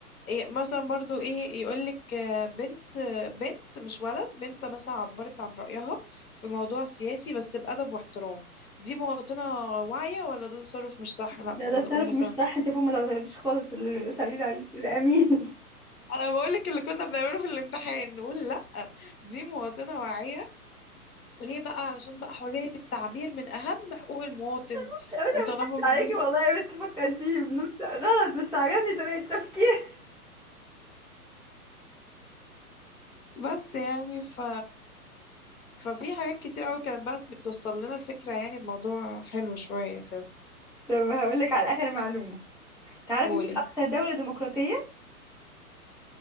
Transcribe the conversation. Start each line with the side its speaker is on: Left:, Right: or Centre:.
Left: إيه مثلا برضو ايه يقولك آه، بنت آه، بنت مش ولد بنت مثلا عبرت عن رأيها في موضوع سياسي بس بأدب واحترام دي مواطنة واعية ولا ده تصرف مش صح لا
Centre: ده
Left: كنا
Centre: ده تصرف
Left: نقول مثلا
Centre: مش صح انت فوق ما توترتيش خالص اللي يصلي عليك الامين <laughs>
Left: انا بقولك اللي كنا بنعمله في الامتحان نقول لا دي مواطنة واعية ليه بقى علشان بقى حرية التعبير من اهم حقوق المواطن
Centre: يا بس انا
Left: وطالما
Centre: بضحك
Left: من
Centre: عليكي
Left: غير
Centre: والله بس فكرتيني بنكته غلط بس عجبني طريقه تفكير
Left: بس يعني ف ففي حاجات كتير قوي كانت بقى بتوصل لنا الفكرة يعني بموضوع حلو شوية كده
Centre: <laughs> طب هقول لك على اخر معلومه تعرفي
Left: قولي
Centre: مين اكتر دولة ديمقراطية